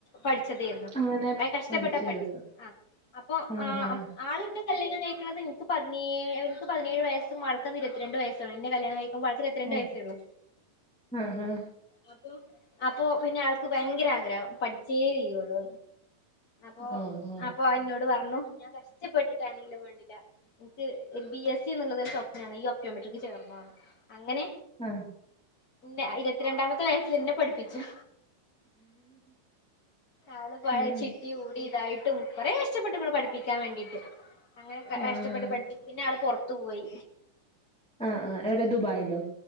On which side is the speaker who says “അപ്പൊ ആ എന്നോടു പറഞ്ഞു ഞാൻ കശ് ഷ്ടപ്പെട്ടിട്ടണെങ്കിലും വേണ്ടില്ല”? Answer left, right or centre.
Left